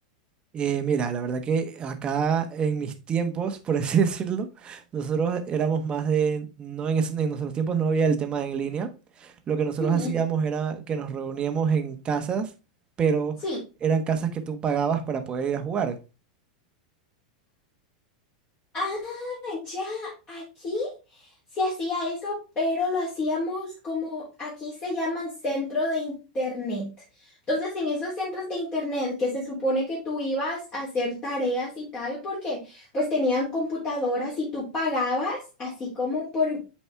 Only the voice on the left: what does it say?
Ujú.
Sí,
Ah, ya, aquí se hacía eso, pero lo hacíamos como aquí se llaman centro de internet. Entonces, en esos centros de internet que se supone que tú ibas a hacer tareas y tal, porque pues tenían computadoras y tú pagabas así como por,